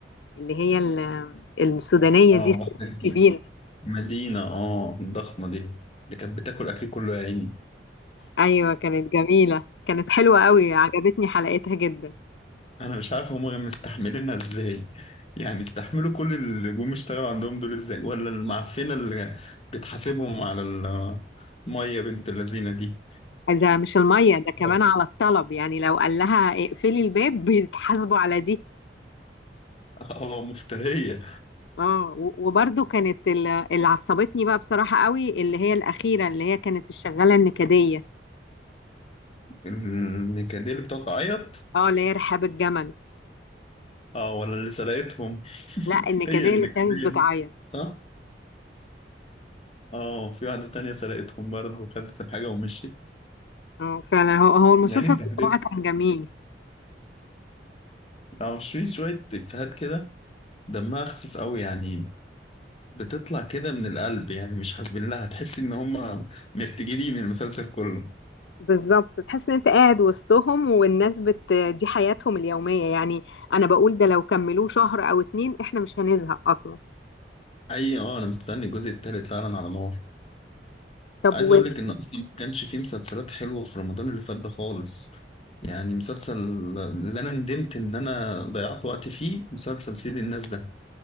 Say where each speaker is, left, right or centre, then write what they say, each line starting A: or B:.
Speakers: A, on the left (about 75°); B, on the left (about 35°).
A: اللي هي ال- السودانية
B: اه
A: دي الست
B: واحدة جديدة
A: الكبيرة
B: مدينة اه الضخمة دي اللي كانت بتاكل أكلي كله يا عيني
A: أيوة كانت جميلة كانت حلوة قوي عجبتني حلقتها جدا
B: انا مش عارف هم مستحملينها ازاي يعني استحملوا كل اللي جم اشتغلوا عندهم دول ازاي ولا المعفنه اللي بتحاسبهم على الميه بنت اللذينه دي
A: ده مش المية ده
B: اه
A: كمان على الطلب يعني لو قال لها اقفلي الباب <laughs> بيتحاسبوا على دي
B: آه، مفتريه
A: اه و- وبرضو كانت ال- اللي عصبتني بقى بصراحة قوي اللي هي الأخيرة اللي هي كانت الشغالة النكدية
B: النكديه اللي بتقعد تعيط
A: اه اللي هي رحاب الجمل
B: اه ولا اللي سرقتهم
A: لا النكدية
B: هي النكديه
A: اللي كانت بتعيط
B: دي صح اه في واحده تانية سرقتهم برضه وخدت الحاجه ومشيت
A: اه فعلا هو هو المسلسل
B: يعني بتبدلوا
A: بصراحة كان جميل
B: اه في شويه افيهات كده دمها خفيف قوي يعني بتطلع كده من القلب يعني مش حاسبين لها هتحس ان هم مرتجلين المسلسل كله
A: بالظبط تحس ان انت قاعد وسطهم والناس بت دي حياتهم اليومية يعني انا بقول ده لو كملوه شهر او اتنين احنا مش هنزهق اصلا
B: اي اه انا مستني الجزء التالت فعلا على نار
A: طب
B: عايز
A: و...
B: اقول لك ان اصلا ما كانش فيه مسلسلات حلوه في رمضان اللي فات ده خالص يعني مسلسل اللي انا ندمت ان انا ضيعت وقت فيه مسلسل سيد الناس ده